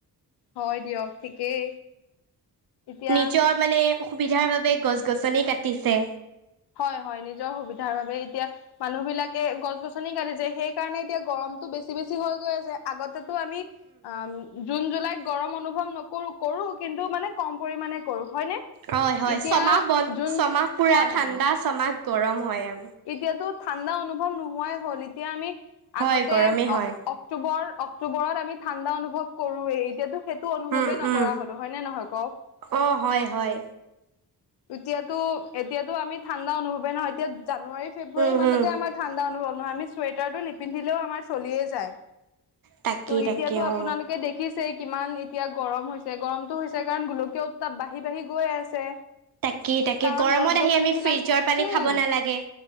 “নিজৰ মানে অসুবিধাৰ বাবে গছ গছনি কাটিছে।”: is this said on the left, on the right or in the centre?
Right